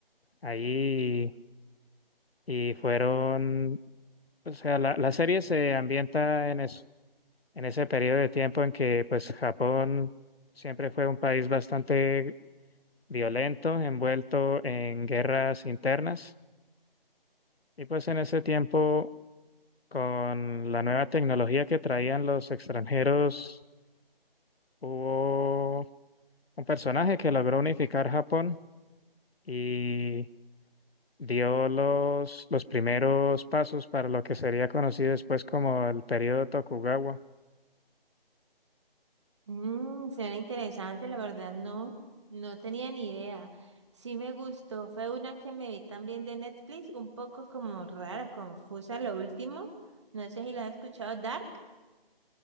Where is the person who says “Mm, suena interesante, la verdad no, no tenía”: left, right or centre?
Right